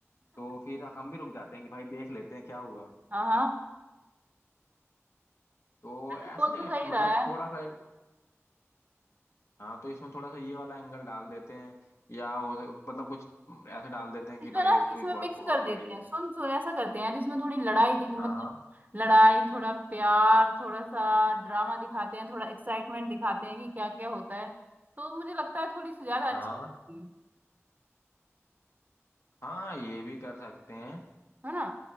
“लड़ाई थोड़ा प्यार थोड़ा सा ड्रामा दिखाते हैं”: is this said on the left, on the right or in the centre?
Right